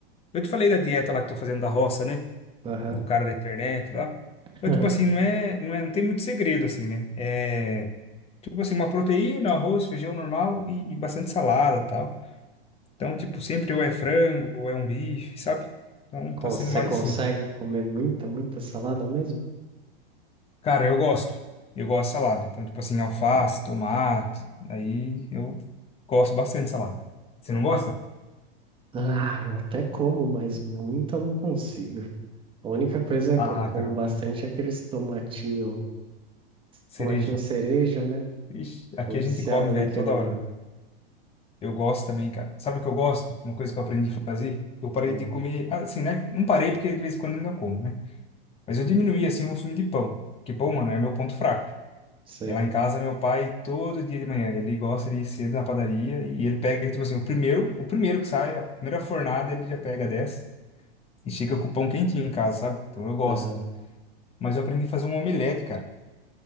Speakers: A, on the left (about 20°); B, on the right (about 15°).
A: Eu te falei da dieta lá que eu tô fazendo da roça, né?
B: aham.
A: Do cara da internet lá.
B: <laughs>
A: Então, tipo assim, não é, não é, não tem muito segredo, assim, né? É, tipo assim, uma proteína, arroz, feijão normal e, e bastante salada, tal. Então, tipo, sempre ou é frango, ou é um bife, sabe? Então, tá
B: Você
A: sendo mais
B: consegue
A: assim.
B: comer muita, muita salada mesmo?
A: Cara, eu gosto. Eu gosto de salada. Então, tipo assim, alface, tomate. Aí eu gosto bastante de salada. Você não gosta?
B: Ah, eu até como, mas muita eu não consigo. A única coisa
A: Ah,
B: que eu como
A: cara, eu
B: bastante
A: como
B: é aqueles tomatinho,
A: cereja.
B: tomatinho cereja, né?
A: Ixi, aqui
B: Tô viciado
A: a gente come, velho,
B: naquele
A: toda hora.
B: lá.
A: Eu gosto também, cara. Sabe o que eu gosto? Uma coisa que eu aprendi a fazer? Eu parei
B: Ah,
A: de comer, assim, né? Não parei porque de vez em quando ainda como, né? Mas eu diminuí, assim, o consumo de pão. Porque pão, mano, é meu ponto fraco.
B: sei.
A: E lá em casa, meu pai, todo dia de manhã, ele gosta de ir cedo na padaria e ele pega, tipo assim, o primeiro, o primeiro que sai, a primeira fornada, ele já pega dessa e fica com o pão quentinho em casa, sabe? Então eu gosto.
B: Aham,
A: Mas eu aprendi a fazer um omelete, cara.